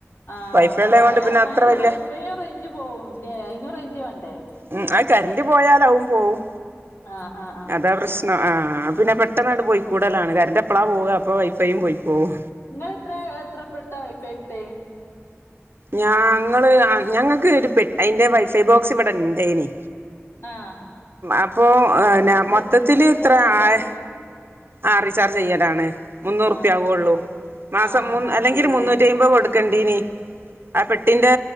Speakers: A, on the left; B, on the right.
A: ആഹ്
B: വൈഫൈ ഉള്ളേകൊണ്ട്
A: മഴ
B: പിന്നെ
A: മായൊണ്ടേ
B: അത്ര വല്യ
A: വൈഫൈ റേഞ്ച് പോവുംല്ലേ അയിനും റേഞ്ച് വേണ്ടേ
B: ഉം ആഹ് കറന്റ് പോയാലാവും പോവും
A: ആഹ് ആഹ് ആഹ്
B: അതാ പ്രശ്നം ആഹ് പിന്നെ പെട്ടന്നാട്ട് പോയി കൂടാലാണ് കരന്റെപ്പളാ പോവ്കാ അപ്പോ വൈഫൈയും പോയ്പോവും
A: നിങ്ങള് എത്ര എത്ര റുപ്പി എടുത്താ വൈഫൈ എടുത്തേ?
B: ഞാ ങ്ങള് ഞങ്ങക്ക് ഒരു പെ അയിന്റെ വൈഫൈ ബോക്സ് ഇവടെണ്ടേനി
A: ആഹ്
B: അപ്പോ ഏഹ് എന്നാ
A: ഇല്ല
B: മൊത്തത്തില്
A: റീചാർജ്
B: ഇത്ര
A: ചെയ്യലാ
B: ആഹ് ആഹ് റീചാർജ് ചെയ്യലാണ് മുന്നൂറുപ്യ
A: ആഹ്
B: ആവുള്ളൂ
A: ആഹ്
B: മാസം
A: ആഹ് മാസത്തില്ല്ലേ
B: അല്ലെങ്കിൽ മുന്നൂറ്റി അയ്മ്പത് കൊടു ക്കണ്ടിനി ആ പെട്ടിന്റെ